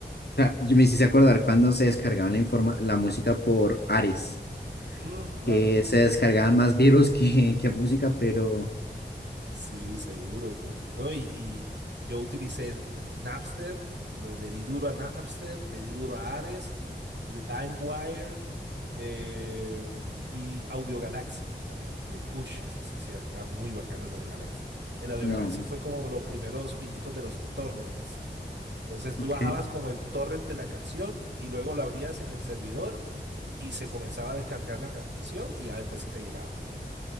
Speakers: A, on the left; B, on the right.
A: ah, me hiciste acordar cuando se descargaba la informa- la música por Ares.
B: Mm, claro.
A: que se descargaban más virus que, que música, pero
B: Sí, seguro. No, y, y yo utilicé Napster, lo- le di duro a Napster, le di duro a Ares, LimeWire eh, y Audio Galaxy. También le di, uy, ese sí, sí, era muy bacano el Audio Galaxy. El Audio
A: no.
B: Galaxy fue como los primeros pinitos de los torrents. Entonces tú
A: Ok.
B: bajabas como el torrent de la canción y luego lo abrías en el servidor y se comenzaba a descargar la canción y ya después sí te llegaba.